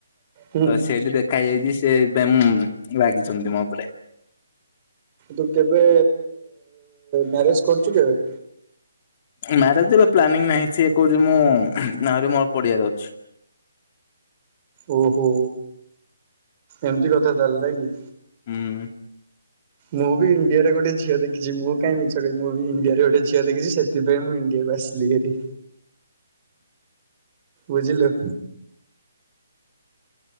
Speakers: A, on the right; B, on the left.
A: ହୁଁ
B: ତ ସେଇଠି ଦେଖା ହେଇଯାଇଛି ସେ ଏଇଥି ପାଇଁ ରାଗିଛନ୍ତି ମୋ ଉପରେ।
A: ତୁ କେବେ ମ୍ୟାରେଜ୍ କରୁଛୁ କେବେ?
B: ମ୍ୟାରେଜ୍ ର ପ୍ଲାନିଂ ନାହିଁ, ସିଏ କହୁଛି ମୁଁ ଆହୁରି ମୋର ପଢିବାର ଅଛି।
A: ଓହୋ। ଏମିତି କଥା ତାଲେ ନା କି?
B: ହୁଁ।
A: ମୁଁ ବି ଇଣ୍ଡିଆରେ ଗୋଟେ ଝିଅ ଦେଖିଛି। ମୁଁ କାଈ ମିଛ କହିବି। ମୁଁ ବି ଇଣ୍ଡିଆରେ ଗୋଟେ ଝିଅ ଦେଖିଛି। ସେ ସେଥିପାଇଁ ମୁଁ ଇଣ୍ଡିଆକୁ ଆସିଲି ହାରି ବୁଝିଲୁ।